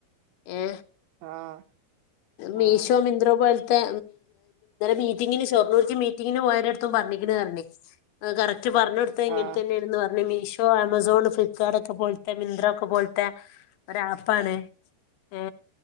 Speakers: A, on the left; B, on the right.
A: ഏ
B: ആഹ്
A: മീശോ
B: ആഹ്
A: മിന്ദ്രോ പൽ ഒക്കെ മീറ്റിങ്ങിന് ഷൊർണ്ണൂർക്ക് മീറ്റിങ്ങിന് പോയിടത്തും ഓൻ പറഞ്ഞിക്ക്ണ് പറഞ്ഞു അറ്റ പറഞ്ഞ കൊടുത്തത് ഇങ്ങനെ
B: ആഹ്
A: തന്നെയാണ് പറഞ്ഞു മീ ശോ ആമസോൺ ഫ്ലിപ്പ്കാർട്ട് ഒക്കെ പോലത്തെ മിന്ത്ര ഒക്കെ പോലത്തെ ഒരു ആപ്പാണ് ഏ